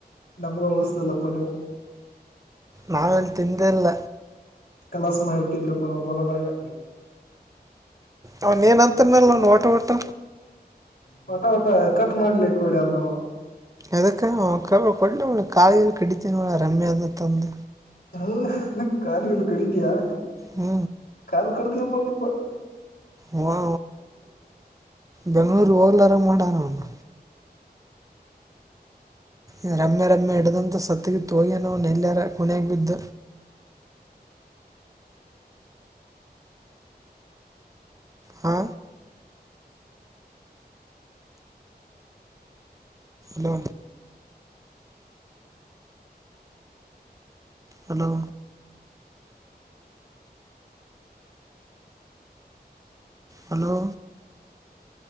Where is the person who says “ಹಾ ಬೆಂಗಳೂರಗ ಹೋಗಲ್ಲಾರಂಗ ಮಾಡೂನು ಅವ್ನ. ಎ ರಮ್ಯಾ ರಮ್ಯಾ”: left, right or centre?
Right